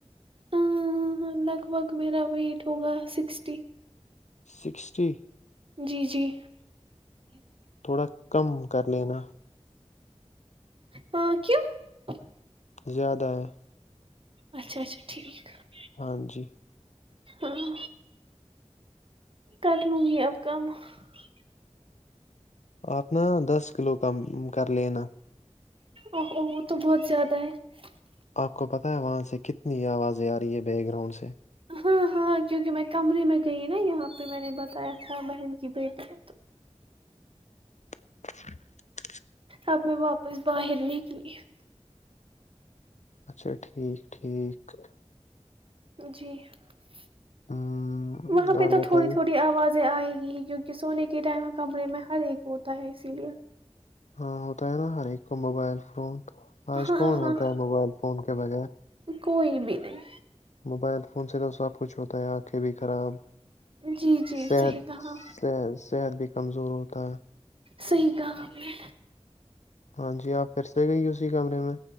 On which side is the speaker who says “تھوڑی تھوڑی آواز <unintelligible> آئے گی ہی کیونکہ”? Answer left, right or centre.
Right